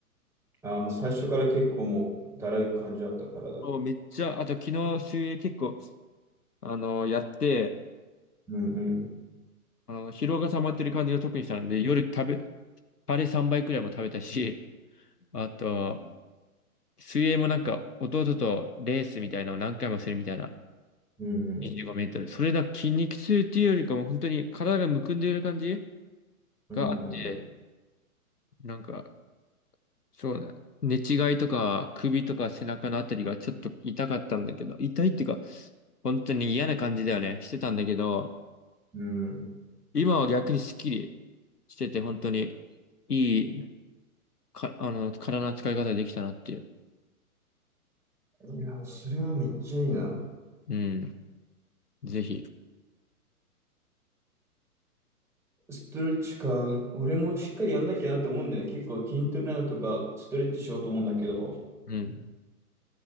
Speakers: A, in the centre; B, on the left (about 80°).
A: あ、もう最初から結構もうだらい感じあった体。
B: そう、めっちゃ、あと昨日水泳結構、あの、やって、
A: うん、うん、
B: あの、疲労が溜まってる感じが特にしたので、夜食べ、カレー3倍くらいも食べたし、あと、水泳もなんか、弟とレースみたいなのを何回もするみたいな、
A: うん、
B: 25メートル。それなんか筋肉痛っていうよりかも、本当に体がむくんでる感じ
A: うん、
B: があって、
A: うん、うん。
B: なんか、そうだ。寝違いとか、首とか背中のあたりがちょっと痛かったんだけど、痛いっていうか、本当に嫌な感じだよね。してたんだけど、
A: うん
B: 今は逆にスッキリしてて、本当にいいか、あの、体の使い方できたなっていう。
A: いや、それはめっちゃいいな。
B: うん。ぜひ。
A: ストレッチか。俺もしっかりやんなきゃなって思うんだよね。結構筋トレだとかストレッチしようと思うんだけど、
B: うん。